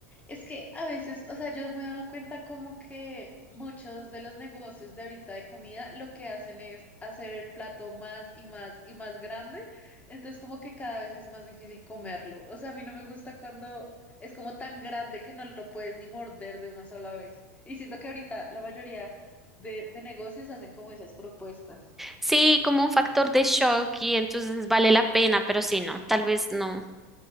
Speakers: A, on the left; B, in the centre.
A: Es que a veces, o sea, yo me he dado cuenta como que muchos de los negocios de ahorita de comida lo que hacen es hacer el plato más y más y más grande, entonces como que cada vez es más difícil comerlo. O sea, a mí no me gusta cuando es como tan grande que no lo puedes ni morder de una sola vez. Y siento que ahorita la mayoría de, de negocios hacen como esas propuestas.
B: Sí, como un factor de shock y entonces vale la pena, pero sí, no, tal vez no.